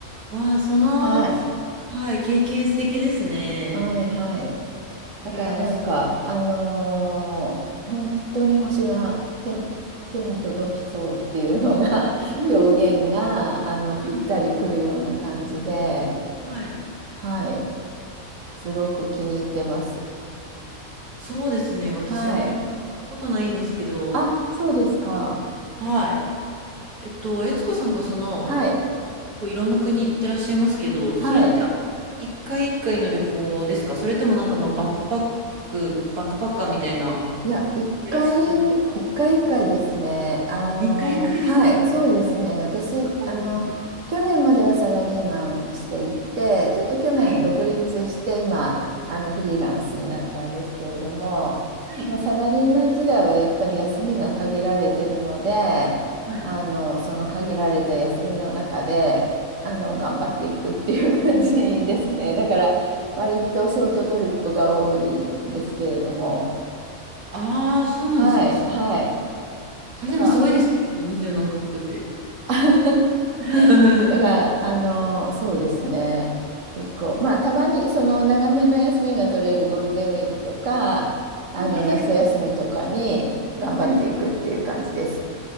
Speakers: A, on the right (about 80°); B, on the right (about 60°).
A: わあ、その、
B: はい。
A: はい、経験素敵ですね。
B: はい、はい。だからなんか、
A: 羨ましい。
B: あのー本当に星が手、手に届きそうっていうのが <laughs>
A: うん。
B: 表現があのぴったりくるような感じで、
A: はいはい。
B: はい、すごく気に入ってます。
A: そうですね。私、
B: はい。
A: アフリカ行ったことないんですけど、
B: あ、そうですか。
A: はい。えっと、悦子さんがその、
B: はい。
A: 結構いろんな国行ってらっしゃいますけど、
B: はい。
A: それって一回一回の旅行ですかそれともなんかまあバックパック、バックパッカーみたいな、
B: いや、一回、
A: いらっしゃったんですか
B: 一回一回ですね。
A: あ、
B: あの、
A: 一回一回ですか
B: はい、
A: ?70
B: そうですね。私、
A: カ国も。
B: あの、去年まではサラリーマンしていて、ちょっと去年独立して、
A: はい。
B: 今、あの、フリーランスになったんですけれども、
A: はい。
B: もうサラリーマン時代はやっぱり休みが限られてるので、
A: はい。
B: あの、その限られた休みの中で、あの、頑張っていくっていう感じですね。だから、割とショートトリップが多いんですけれども、
A: ああー、そうなんですね。
B: はい、
A: そ
B: はい。
A: それでもすごいですよね。
B: なんか、
A: 70何カ国って。
B: <laughs>
A: <laughs> う
B: だから、
A: ん、
B: あの、そうですね。結構、まあ、たまに、その、長めの休みが取れるゴールデンウィークとか、あの、
A: はいはい。
B: 夏休みとかに頑張っていくっていう感じです。
A: うん。